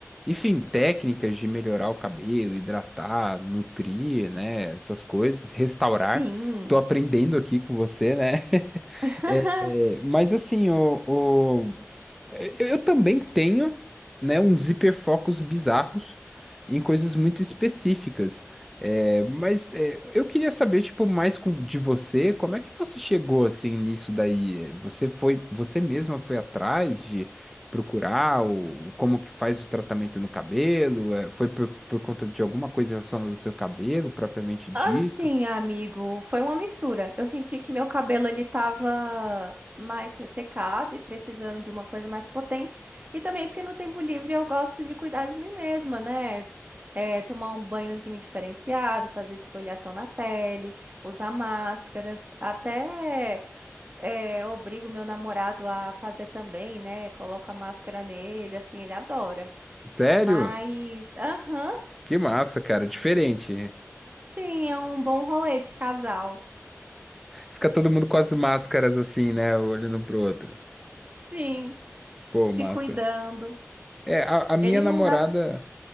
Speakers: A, in the centre; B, on the right (about 35°).
A: Enfim, técnicas de melhorar o cabelo, hidratar, nutrir, né? Essas coisas, restaurar.
B: Sim.
A: Tô aprendendo aqui com você, né?
B: <laughs>
A: <laughs> Mas assim, o, o- eu, eu também tenho, né, uns hiperfocos bizarros em coisas muito específicas. É, mas é, eu queria saber, tipo, mais com- de você, como é que você chegou assim nisso daí? É, Você foi, você mesma foi atrás de procurar o, como que faz o tratamento no cabelo? É, foi por, por conta de alguma coisa relacionada ao seu cabelo, propriamente dito?
B: Assim, amigo, foi uma mistura. Eu senti que meu cabelo ele tava mais ressecado e precisando de uma coisa mais potente. E também porque no tempo livre eu gosto de cuidar de mim mesma, né? É, tomar um banhozinho diferenciado, fazer esfoliação na pele, usar máscaras, até é, obrigo meu namorado a fazer também, né? Coloco a máscara nele, assim, ele adora.
A: Sério?
B: Mas, aham,
A: Que massa, cara, diferente.
B: sim, é um bom rolê de casal.
A: Fica todo mundo com as máscaras assim, né? Olhando pro outro.
B: Sim,
A: Pô,
B: se
A: massa.
B: cuidando.
A: É, a, a minha
B: Ele
A: namorada.
B: não dava.